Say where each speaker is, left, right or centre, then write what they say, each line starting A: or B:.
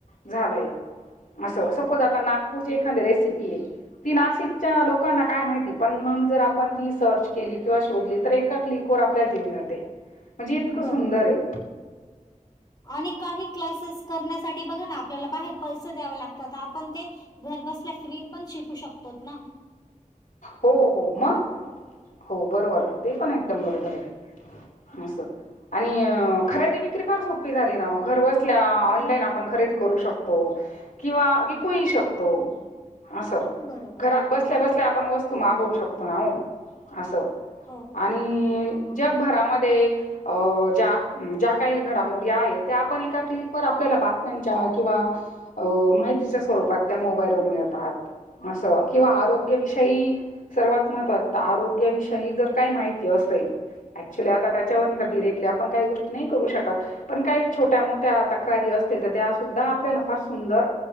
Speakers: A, on the left; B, on the left.
A: झालंय. असं सपोज आता नागपूरची एखादी रेसिपी आहे, ती नाशिकच्या लोकांना काय माहिती पण. सर् को ए क् वल्या <unintelligible> म्हणजे इतकं सुंदर
B: बरोबर.
A: हे.
B: आणि काही क्लासेस करण्यासाठी बघा ना. आपला बाहेर पैसे द्याव लागतात आपण ते घर बसल्या फ्री पण शिकू शकतो ना.
A: हो हो मग हो बरोबर ते पण एकदम बरोबर आहे. अस आणि खरेदी विक्री फार सोपी झाली ना घर बसल. ऑनईन
B: हो.
A: आपण खरेदी करू शकतो किंवा विकू शकतो. असं
B: बरोबर.
A: घरात बसल्या बसल्या आपण वस्तू मागवू शकतो ना हो असं.
B: हो, हो.
A: आणि जगभरामध्ये अ ज्या ज्या काही घडामोडी आहेत त्या आपण एका क्लिक व आपल्या बातम्यांच्या किंवा माहितीच्या स्वरूपात त्या मोबाईल व मिळतात. असं किंवा
B: बरोबर.
A: आरो षय सर्वात महत् आरोग्याविषयी जर काय माहिती असेल. ऍक्च्युली आता त्याच्यावर डीरेक्टली आपण काही गोष्टी नाही करू शकत पण काही छोट्या मोठ्या तक्रारी अस अस तर त्या सुद्धा आपल्याला फार सुंदर